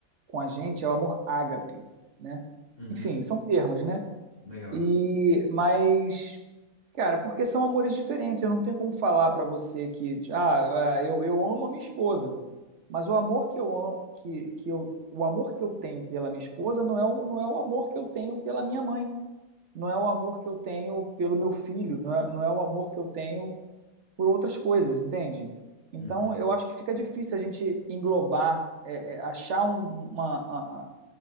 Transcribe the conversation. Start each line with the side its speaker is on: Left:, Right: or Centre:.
Right: com a gente é o amor ágape, né?
Left: Uhum,
Right: Enfim, são termos, né?
Left: legal.
Right: E, mas, cara, porque são amores diferentes. Eu não tenho como falar pra você que, ah, ah, eu, eu amo a minha esposa, mas o amor que eu amo, que, que eu, o amor que eu tenho pela minha esposa não é o, não é o amor que eu tenho pela minha mãe não é o amor que eu tenho pelo meu filho, não é, não é o amor que eu tenho por outras coisas, entende? Então,
Left: Uhum,
Right: eu acho que fica difícil a gente englobar, é, é, achar um, uma- a- a-